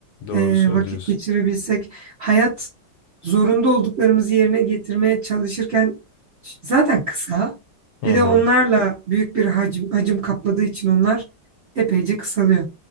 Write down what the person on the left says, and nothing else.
Doğru
söylüyorsun.
Hı
hı.